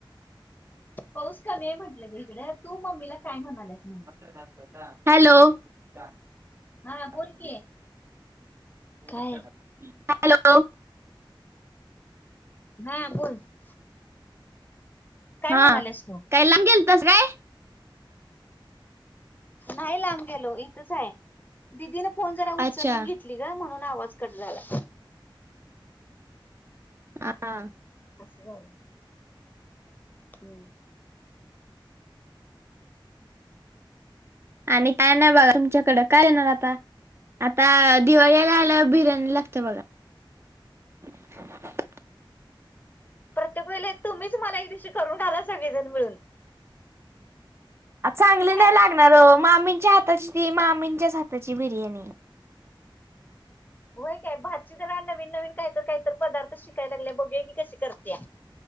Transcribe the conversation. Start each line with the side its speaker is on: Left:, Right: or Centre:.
Left: पाऊस कमी हे म्हटलं ग हिकड तू मम्मीला काय म्हणाल्यास ते?
Right: <inaudible> हॅलो.... हॅलो....
Left: हा बोल की काय हा बोलत्यात.....
Right: हा
Left: म्हणालेस तू
Right: काय लांब गेलतास काय?
Left: नाही लांब गेलो इथंच आहे दिदी न फोन जरा उचलून
Right: अच्छा
Left: घे.... घेतली गं म्हणून आवाज कट झाला.
Right: हा...
Left: आस झालं हू....
Right: आणि काय नाही बघा तुमच्याकड काय येणार आता? आता दिवाळीला आल्यावर बिर्याणी लागते बघा..... <inaudible>
Left: प्रत्येक वेळेला तुम्हीच मला एक दिवशी करून घाला सगळेजण मिळून.
Right: चांगली
Left: काय
Right: नाही लागणार ओ मामीच्या हाताची ती मामीच्याच हाताची बिर्याणी.
Left: होय काय भाची जरा नवीन नवीन कायतर कायतर पदार्थ शिकाय लागल्या बघूया की कशी करत्या.